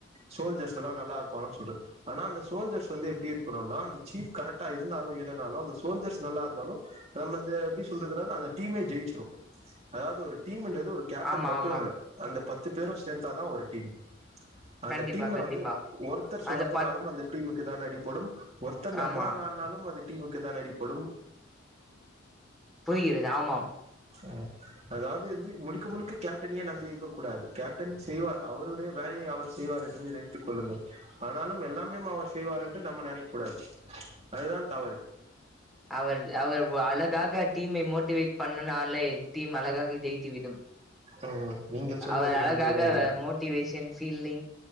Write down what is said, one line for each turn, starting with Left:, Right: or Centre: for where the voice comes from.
Right: சோல்ஜர்ஸ் எல்லா நல்லா இருப்பான்னு சொல்ற ஆனா அந்த சோல்ஜர்ஸ் வந்து எப்டி இருக்கோணுனா வந்து சீஃப் கரெக்டா இருந்தாலு இல்லைனாலு அந்த சோல்ஜர்ஸ் நல்லா இருந்தாலு நம்ம இந்த எப்டி சொல்றது அந்த டீமே ஜெயிச்சிரு அதாவது ஒரு டீம்ன்றது ஒரு கேப்டன்
Centre: ஆமா
Right: மட்டு
Centre: ஆமா
Right: இல்ல அந்த பத்து பேரு சேத்தாதா ஒரு டீம் அந்த
Centre: கண்டிப்பா
Right: டீம்ல
Centre: கண்டிப்பா
Right: வந்து ஒருத்தர் சொதப்பனாலும்
Centre: அந்த பத்
Right: அந்த டீமுக்கு தா அடிப்படும் ஒருத்தர்
Centre: ஆமா
Right: நன்றாக ஆடு னாலும் அது டீமுக்கு தா அடிப்படும்
Centre: புரிகிறது ஆமாம்
Right: உம் அதாவது வந்து முழுக்க முழுக்க கேப்டனே நம்பி வைக்கக் கூடாது கேப்டன் செய்வார் அவருடைய வேலையை அவர் செய்வார் என்று நினைத்துக் கொள்ளுங்கள் ஆனாலும் எல்லாமே அவர் செய்வார் என்று நம்ம நெனைக்க கூடாது அதுதான் தவறு
Centre: அவர் அவர் அழகாக டீமை மோட்டிவேட் பண்ணுனாலே தீம் அழகாக ஜெயி்த்து விடும்
Right: ம் நீங்கள் சொல்வது
Centre: அவ அழகாக
Right: நன்றுதான் இருக்கிறது.
Centre: மோட்டிவேஷன் ஃபீல்டிங்